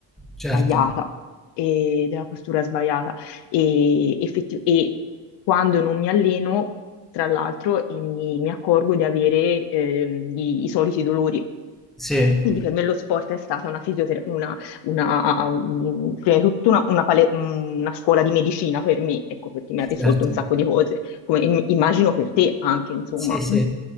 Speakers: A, in the centre; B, on the left.
A: certo,
B: sbagliata e della postura sbagliata e, effetti- e quando non mi alleno, tra l'altro, e mi, mi accorgo di avere ehm, i i soliti dolori.
A: Sì,
B: Quindi per me lo sport è stata una fisioterapia, una, una- un- prima di tutto una, una pale- una scuola di medicina per me, ecco, perché mi ha risolto
A: certo.
B: un sacco di cose, come im- immagino per te anche, insomma.
A: Sì, sì.
B: Mm,